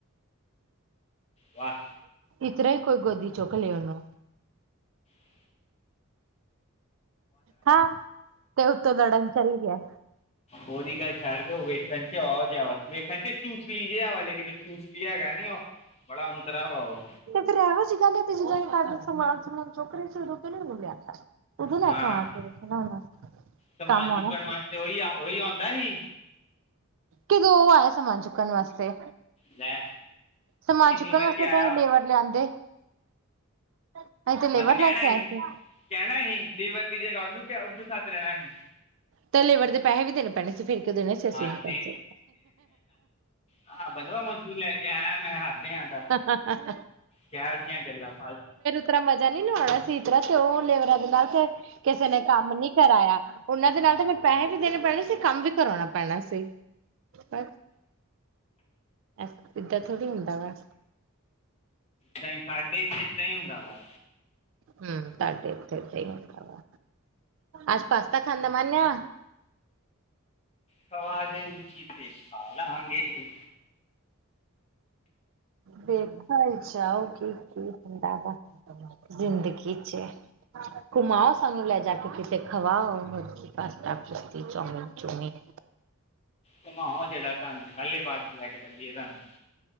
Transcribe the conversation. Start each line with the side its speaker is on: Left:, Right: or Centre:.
Left: ਵਾਹ
Right: ਇਤਰਾ ਹੀ ਕੋਈ ਗੋਦੀ ਚੋਕ ਲਏ ਓਨੂੰ।
Left: <unintelligible>
Right: ਹਾਂ ਤੇ ਉੱਤੋਂ ਲੜਨ ਚੱਲ ਗਿਆ।
Left: ਓਦੀ ਗੱਲ ਛੱਡ ਦਓ, ਵੇਖਣ ਚ ਓ ਜਾ, ਵੇਖਣ ਚ ਚੂਸਲੀ ਜੇਹਾ ਵਾ, ਲੇਕਨ ਚੂਸਲੀ ਹੈਗਾ ਨੀ ਓ, ਬੜਾ <unintelligible> ਵਾ ਓ।
Right: ਤੇ ਫੇਰ ਐਹੋ ਜੀ ਗੱਲ ਐ ਤੇ ਜਦੋ <unintelligible> ਸਮਾਨ ਸਮੁਨ ਚੋਕ ਰਏ ਸੀ ਓਦੋ ਕਿਓ ਨੀ ਓਨੂੰ ਲਿਯਾਤਾ। ਉਦੋਂ ਲੈ
Left: ਹਾਂ
Right: ਕੇ ਆਣਾ ਚਾਈਦਾ ਓਨਾ,
Left: ਸਮਾਨ
Right: ਕੰਮ ਓਣਾ
Left: ਚੁੱਕਣ ਵਾਸਤੇ ਉਹੀ ਆ- ਉਹੀ ਆਉਂਦਾ ਸੀ
Right: ਕਿਦੋਂ ਓਹ ਆਏ ਸਮਾਨ ਚੁੱਕਨ ਵਾਸਤੇ।
Left: ਲੈ
Right: ਸਮਾਜ
Left: ਕਿੰਨੀ
Right: ਚੁੱਕਣ
Left: ਵਾਰੀ
Right: ਵਾਸਤੇ
Left: ਆਇਆ
Right: ਤਾ ਏ
Left: ਉਹ।
Right: ਲੇਵਰ ਲਿਆਂਦੇ। ਅਸੀਂ ਲੇਬਰ
Left: ਹਾਂ ਤੇ ਕੈਣਾ
Right: ਲੈ ਕੇ
Left: ਹੀ,
Right: ਆਏ ਸੀ।
Left: ਕੈਣਾ ਹੀ ਲੇਵਰ ਦੀ ਜਗਾ ਓਨੂੰ, ਓਨੂੰ ਸੱਦ ਲੈਣਾ ਹੀ।
Right: ਤੇ ਲੇਵਰ ਦੇ ਪੈਹੇ ਵੀ ਦੇਣੇ ਪੈਣੇ ਸੀ ਫੇਰ ਕਿ <unintelligible> ਸੀ
Left: ਹਾਂ ਤੇ
Right: ਪੈਸੇ।
Left: ਹਾਂ ਬਨਵਾ ਮੋਜਦੂਰ ਲੈ ਕੇ ਆਇਆ ਮੈਂ ਹੱਦੇ ਆ ਤਾ,
Right: ਪੈਸੇ।
Left: ਕੋਹੋ ਜੇਹੀ ਗੱਲਾਂ ਫਾ
Right: ਤਰਾ ਮਜਾ ਨੀ ਨਾ ਆਣਾ ਸੀ ਇਤਰਾ ਤੇ, ਓ ਲੇਵਰਾ ਦੇ ਨਾਲ ਫੇ ਕਿਸੇ ਨੇ ਕੰਮ ਨੀ ਕਰਾਯਾ। ਓਨਾਂ ਦੇ ਨਾਲ ਤਾ ਫਿਰ ਪੈਹੇ ਵੀ ਦੇਣੇ ਪੈਣੇ ਸੀ ਕੰਮ ਵੀ ਕਰਾਓਣਾ ਪੈਣਾ ਸੀ, ਬ ਏ ਇਦਾ ਥੋੜੀ ਹੁੰਦਾ ਵਾ।
Left: ਦ ਹੀ ਸਾਡੇ ਇੱਥੇ ਏਦਾਂ ਹੀ ਹੁੰਦਾ ਵਾ।
Right: ਹਮ ਤੁਹਾਡੇ ਇੱਦਾ ਹੀ ਹੰਦਾ ਅੱਜ ਪਾਸਤਾ ਖਾਂਦਾ ਮੰਨ ਆ।
Left: ਖਵਾ ਦੇ ਗੀ ਤੇ ਖਾਲਾਂਗੇ।
Right: ਦੇਖਲੋ ਚਲੋ ਕੀ ਕੀ ਠੰਡਾ। ਜ਼ਿੰਦਗੀ ਚ ਘੁਮਾਓ ਸਾਨੂੰ ਲੈ ਜਾ ਕੇ ਕਿਤੇ ਖਵਾਓ ਹੋਰਕੀ ਪਾਸਤਾ ਕੁਸ਼ਤੀ ਚੋਮੀਨ ਚੂਮੀਨ।
Left: ਘੁਮਾਓ ਜਿਹੜਾ ਤੁਹਾਨੂੰ ਖਾਲੀ ਪਾਰਕ ਚ ਲੈਕੇ ਚੱਲੀਏ ਤੁਹਾਨੂੰ।